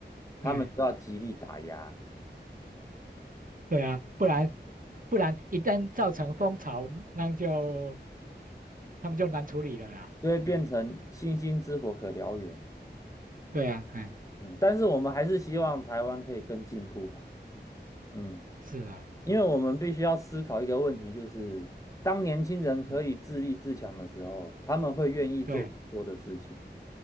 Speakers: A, on the left; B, on the right.
A: 他们就要极力打压，
B: 对对啊，不然不然一旦造成风潮，那就。他们就难处理了啦。
A: 就会变成星星之火可燎原。
B: 嗯，对啊，哎，
A: 嗯，但是我们还是希望台湾可以更进步啦。嗯。
B: 是啊，
A: 因为我们必须要思考一个问题，
B: 嗯
A: 就是当年轻人可以自立自强的时候，
B: 嗯，
A: 他们会愿意做更多的事情。
B: 对，